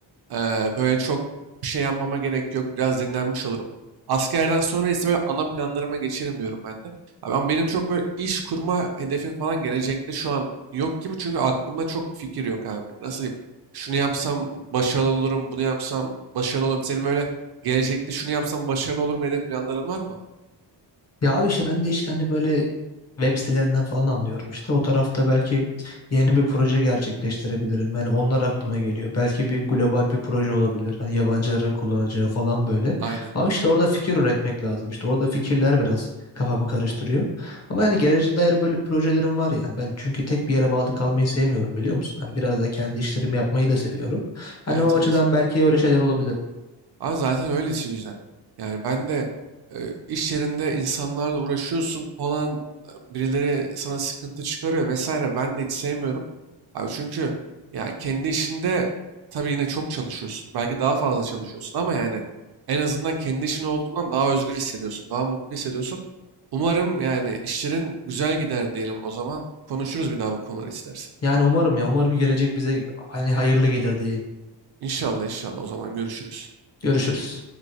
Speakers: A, on the right (about 60°); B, on the left (about 35°).
A: Eee, böyle çok bir şey yapmama gerek yok. Biraz dinlenmiş olurum. Askerden sonra ise böyle ana planlarıma geçerim diyorum ben de. Abi Ama benim çok böyle iş kurma hedefim falan gelecekte şu an yok gibi. Çünkü aklımda çok bir fikir yok abi. Nasıl diyeyim? Şunu yapsam başarılı olurum, bunu yapsam başarılı olurum. Senin böyle gelecekte şunu yapsam başarılı olurum dediğin planların var mı?
B: Ya abi işte ben de işte hani böyle web sitelerinden falan anlıyorum işte. O tarafta belki yeni bir proje gerçekleştirebilirim. Hani onlar aklıma geliyor. Belki bir global bir proje olabilir. Hani yabancıların kullanacağı falan böyle.
A: Aynen.
B: Ama işte orada fikir üretmek lazım. İşte orada fikirler biraz kafamı karıştırıyor. Ama yani geleceğe dair böyle projelerim var yani. Ben çünkü tek bir yere bağlı kalmayı sevmiyorum biliyor musun? Hani biraz da kendi işlerimi yapmayı da seviyorum. Hani
A: Evet
B: o açıdan
A: evet.
B: belki öyle şeyler olabilir.
A: Aa, zaten öyle işi güzel. Yani ben de e, iş yerinde insanlarla uğraşıyorsun falan e, birileri sana sıkıntı çıkarıyor vesaire ben de hiç sevmiyorum. Abi çünkü yani kendi işinde tabii yine çok çalışıyorsun. Belki daha fazla çalışıyorsun ama yani en azından kendi işin olduğundan daha özgür hissediyorsun, daha mutlu hissediyorsun. Umarım yani işlerin güzel gider diyelim o zaman. Konuşuruz bir daha bu konuları istersen.
B: Yani umarım ya umarım gelecek bize hani hayırlı gelir diyeyim.
A: İnşallah inşallah o zaman görüşürüz.
B: Görüşürüz.